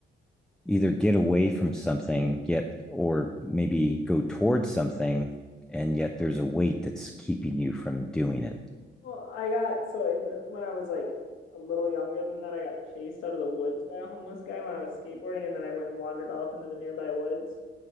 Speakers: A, in the centre; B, on the left.
A: either get away from something yet or maybe go towards something and yet there's a weight that's keeping you from doing it.
B: Well, I got so in when I was like a little younger than that, I got chased out of the woods by a homeless guy when I was skateboarding, and then I went and wandered off into the nearby woods.